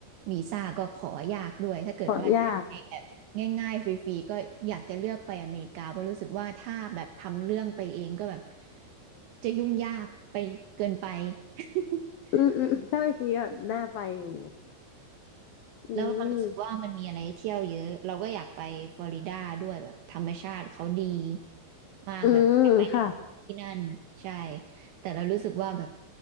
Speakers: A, on the right; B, on the left.
A: วีซ่าก็ขอยากด้วยถ้าเกิดว่าได้ไปแบบ
B: ขอยาก
A: ง่ายๆฟรีๆก็อยากจะเลือกไปอเมริกาเพราะรู้สึกว่าถ้าแบบทำเรื่องไปเองก็แบบจะยุ่งยากไปเกินไป <laughs>
B: อืมอืมถ้าไปฟรีก็น่าไปอยู่ <laughs> อืม
A: แล้วเรารู้สึกว่ามันมีอะไรให้เที่ยวเยอะเราก็อยากไปฟลอริดาด้วยแบบธรรมชาติเขาดีมากแบบอยากไป
B: อืมค่ะ
A: ที่นั่นใช่แต่เรารู้สึกว่าแบบ